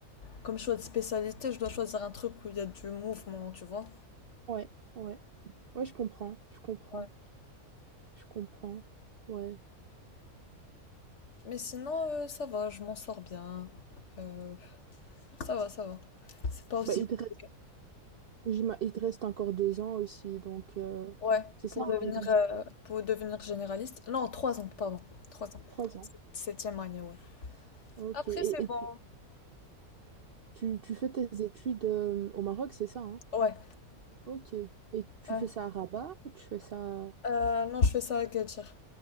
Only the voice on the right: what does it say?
ouais, ouais. Ouais, je comprends, je comprends,
je comprends. Ouais.
Bah, il
te reste, j'ima- il te reste encore deux ans aussi, donc euh,
c'est ça,
hein,
il te reste
quoi
trois ans.
Ok,
et,
et
tu, tu, tu fais tes études euh, au Maroc, c'est ça, hein?
Ok. Et tu
fais ça à Rabat ou tu fais ça à